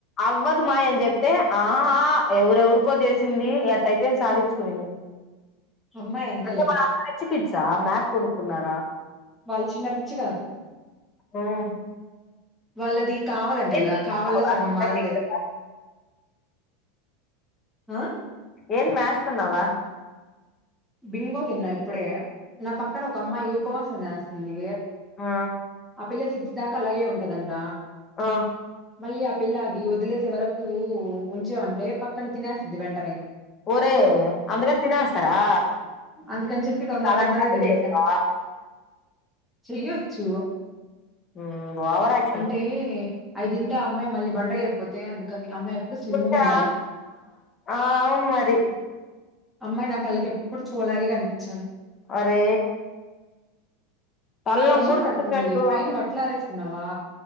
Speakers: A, on the left (about 20°); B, in the centre.
A: అవ్వదు మాయ అని చెప్తే ఆహా ఎవరెవరికో చేసింది ఎట్టయితే ఎం సాధిచుకునింది
B: అమ్మాయి అంతేలే
A: అంటే వాళ్లంతా రిచ్ కిడ్సా మ్యాక్ కొనుక్కున్నారా
B: వాళ్ళు చిన్న రిచ్ కాదు
A: ఉమ్మ్
B: వాళ్ళది కావాలి అంట కదా
A: తినేస్తున్నావా
B: కావలిలో సగం వాళ్ళదే
A: బయటికి పోయి
B: ఆ
A: ఏంది మ్యేస్తున్నావు
B: బింగో తిన్నా ఇప్పుడే నా పక్కన ఒక అమ్మాయి ఉపవాసం చేస్తుంది
A: ఆ
B: ఆ పిల్ల సిక్స్ దాకా అలాగే ఉంటదంట
A: ఆ
B: మళ్ళీ ఆ పిల్ల అది వదిలేసే వరకు ఉంచావంటే పక్కన తినేస్తాది వెంటనే
A: ఓరే అందుకని తినేస్తారా
B: అందుకని చెప్పి
A: నీకు
B: తొందర
A: అలాంటి
B: తొందరగా
A: పనులు
B: తినేశా
A: చేయొచ్చా
B: చెయ్యొచ్చు
A: ఉమ్మ్ ఓవర్ యా
B: అంటే అయి తింటే ఆ అమ్మాయి మళ్ళీ బండగ అయిపోతే అందుకని అమ్మాయి ఎప్పుడు
A: ఒక
B: స్లిమ్గా
A: నిమిషా
B: ఉండాలి
A: ఆ అవును మరి
B: అమ్మాయి నా కళ్ళకి ఎప్పుడు చూలాగే కనిపిచ్చాలి
A: ఒరే తలనొప్పి
B: వర్షం
A: పుడుతుంది
B: పడుతుంది
A: నాకు
B: పైన బట్టలారేసి కున్నావా